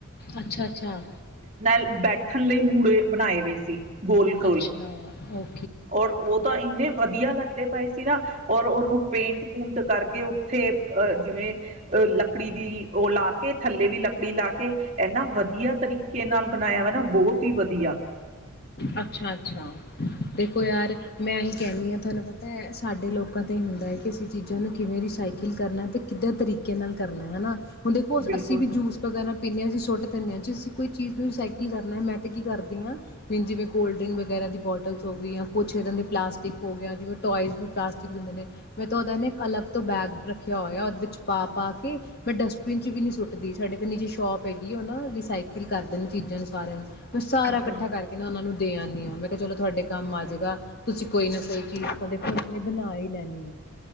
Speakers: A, on the left; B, on the right.
A: ਅੱਛਾ-ਅੱਛਾ,
B: ਨਾਲ ਬੈ ਥੱਲੇ ਹੀ ਮੁੂੜੇ ਬਣਾਏ ਦੇ ਸੀ। ਗੋਲ ਗੋਲ
A: ਅੱਛਾ ਓ
B: ਔਰ ਉਹ ਤਾਂ ਇੰਨੇ ਵਧੀਆ ਲੱ ਦੇ ਪਏ ਸੀ ਨਾ ਔਰ ਉਹਨੂੰ ਪੇਂਟ-ਪੂਟ ਕਰਕੇ ਉੱਥੇ ਅਹ ਜਿਵੇਂ ਲੱਕੜੀ ਦੀ ਉਹ ਲਾ ਕੇ ਥੱਲੇ ਵੀ ਲੱਕੜੀ ਲਾ ਕੇ ਇਹਨਾ ਵਧੀਆ ਤਰੀਕੇ ਨਾਲ ਬਣਾਇਆ ਵਾ ਨਾ ਬਹੁਤ ਹੀ ਵਧੀਆ।
A: ਅੱਛਾ-ਅੱਛਾ। ਦੇਖੋ ਯਾਰ ਮੈਂ ਹੀ ਕਹਿਨੀ ਹਾਂ। ਤੁਹਾਨੂੰ ਪਤਾ ਹੈ ਸਾਡੇ ਲੋਕਾਂ ਤੇ ਹੀ ਹੁੰਦਾ ਹੈ ਕਿ ਅਸੀਂ ਚੀਜ਼ਾਂ ਨੂੰ ਕਿਵੇਂ ਰਸਾਈਕਲ ਕਰਨਾ ਤੇ ਕਿੱਧਾਂ ਤਰੀਕੇ ਨਾਲ ਕਰਨਾ ਹੈ ਹਨਾ। ਹੁਣ ਦੇਖੋ
B: ਬਿਲਕੁਲ।
A: ਅਸੀਂ ਵੀ ਜੂਸ ਵਗੈਰਾ ਪੀਨੇ ਆ ਅਸੀਂ ਸੁੱਟ ਦੇਨੇ ਆ ਜੇ ਅਸੀਂ ਕੋਈ ਚੀਜ਼ ਨੂੰ ਰਸਾਈਕਲ ਕਰਨਾ ਮੈਂ ਤੇ ਕੀ ਕਰਦੀ ਆ ਜਿਵੇਂ ਕੋਲਡਰਿੰਕ ਵਗੈਰਾ ਦੀ ਬੋਟਲਸ ਹੋ ਗਈਆਂ ਕੁਛ ਇਦਾਂ ਦੇ ਪਲਾਸਟਿਕ ਹੋ ਗਿਆ ਜਿਵੇਂ ਟੋਇਜ਼ ਵੀ ਪਲਾਸਟਿਕ ਹੁੰਦੇ ਨੇ ਮੈਂ ਤਾਂ ਉਹਦਾ ਨੇ ਇੱਕ ਅਲੱਗ ਤੋਂ ਬੈਗ ਰੱਖਿਆ ਹੋਇਆ ਉਹਦੇ ਵਿੱਚ ਪਾ-ਪਾ ਕੇ ਮੈਂ ਡਸਟਬਿਨ ਚ ਵੀ ਨਹੀਂ ਸੁੱਟਦੀ ਸਾਡੇ ਤੇ ਨੀਚੇ ਸ਼ੋਪ ਹੈਗੀ ਉਹ ਨਾ ਰੀਸਾਈਕਲ ਕਰਦੇ ਨੇ ਚੀਜ਼ਾਂ ਨੂੰ ਸਾਰਿਆਂ ਨੂੰ ਮੈ ਸਾਰਾ
B: ਅੱਛਾ।
A: ਇਕੱਠਾ ਕਰ ਨੂੰ ਦੇ ਆਨੀ ਆ ਮੈਂ ਕਿਹਾ ਚਲੋ ਤੁਹਾਡੇ ਕੰਮ ਆਜੇਗਾ ਤੁਸੀਂ ਕੋਈ ਨਾ ਕੋਈ ਚੀਜ਼ ਕਦੇ ਫ ਇਹ ਨੇ ਬਣਾ ਹੀ ਲੈਣੀ ਆ।